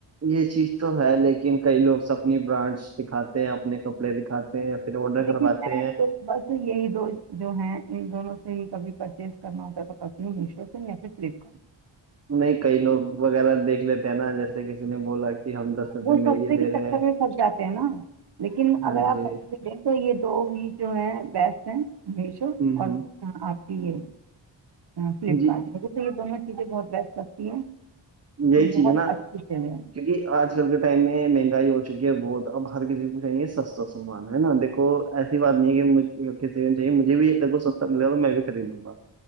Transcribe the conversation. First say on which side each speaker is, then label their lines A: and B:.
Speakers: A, on the right (about 35°); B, on the right (about 60°).
A: یہ چیز تو ہے لیکن کئی لوگ اپنی برانڈس دکھاتے ہیں اپنے کپڑے دکھاتے ہیں پھر آڈر
B: دیکھی
A: کرواتے
B: میں
A: ہیں
B: تو بس یہی دو جو ہے ان دونوں سے ہی کبھی پرچیز کرنا ہوتا ہے تو پتی ہوں میشو سے یا پھر فلپ
A: نہیں کئی لوگ وغیرہ دیکھ لیتے ہیں نا جیسے کسی نے بولا کہ ہم دس روپے
B: وہ
A: میں
B: سستے
A: یہ دے
B: کے
A: رہے
B: چکر
A: ہیں
B: میں جاتے ہیں نا لیکن
A: ہاں
B: اگر
A: جی
B: آپ س تو یہ دو ہیی جو ہیں بیسٹ ہیں میشو
A: ہ
B: اور
A: ہ
B: آپ کی یہ فلپکارٹ
A: جی
B: میںھے یہ دونوں چیزیں بہت بیسٹ لگتی ہیں
A: یہی
B: یہ
A: چیز
B: بہت
A: ہے نا
B: اچھی چیزیں ہیں
A: کیوںکہ آج کل کے ٹائم میں مہنگائی ہو چکی ہے بہت اب باہار کے چیز کو چاہیے سستا سامان ہے نا د کو ایسی بات نہیں ہے کہ کسی کو چاہیے مجھے بھی ب کو سستا ملے گا تو میں بھی خرید لوں گا